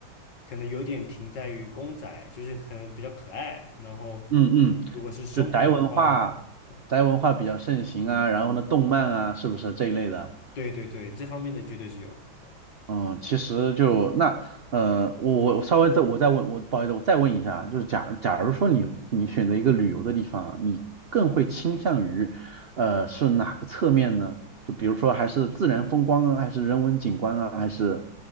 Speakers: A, on the left; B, on the right.
A: 可能有点停在于公仔，就是可能比较可爱。然后
B: 嗯嗯，
A: 如果是生活的话，
B: 就宅文化，
A: 嗯，
B: 宅文化比较盛行啊，然后呢，动漫啊，是不是这一类的？
A: 对对对，这方面的绝对是有的。对
B: 嗯，其实就那，呃，我我稍微再我再问，我不好意思，我再问一下啊，就是假假如说你你选择一个旅游的地方啊你更会倾向于，呃，是哪个侧面呢？就比如说还是自然风光啊，还是人文景观啊，还是，